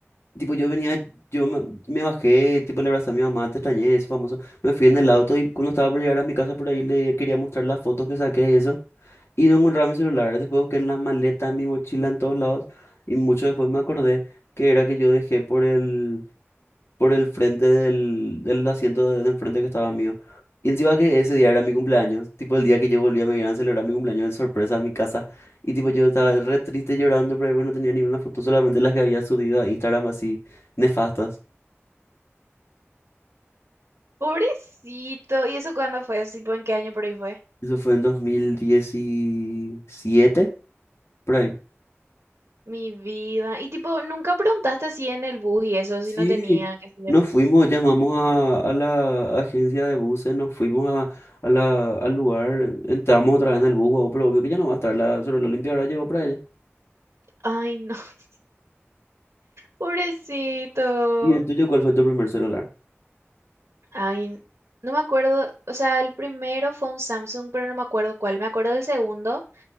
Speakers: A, on the left; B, on the right.
A: Tipo, yo venía, yo me, me bajé, tipo, le abrazé a mi mamá, te extrañé, eso famoso. Me fui en el auto y cuando estaba por llegar a mi casa por ahí le quería mostrar las fotos que saqué y eso. Y no encontraba mi celular. Después busqué en la maleta, en mi mochila, en todos lados. Y mucho después me acordé que era que yo dejé por el, por el frente del, del asiento de, de enfrente que estaba mío. Y encima que ese día era mi cumpleaños. Tipo el día que yo volvía me iban a celebrar mi cumpleaños de sorpresa a mi casa. Y tipo yo estaba re triste llorando, pero ahí no tenía ni una foto, solamente las que había subido a Instagram así nefastas.
B: Pobrecito, ¿y eso cuándo fue? Así, ¿Tipo en qué año por ahí fue?
A: Eso fue en 2017, por ahí.
B: Mi vida. Y tipo, nunca preguntaste así en el bus y eso, si
A: Sí,
B: no tenía, qué sé yo.
A: nos fuimos, llamamos a, a la agencia de buses, nos fuimos a, a la, al lugar, entramos otra vez en el bus, guau, pero obvio que ya no va a estar la celular limpia, ahora llegó para ella.
B: Ay, no, <laughs> pobrecito.
A: ¿Y el tuyo cuál fue tu primer celular?
B: Ay, no me acuerdo, o sea, el primero fue un Samsung, pero no me acuerdo cuál. Me acuerdo del segundo,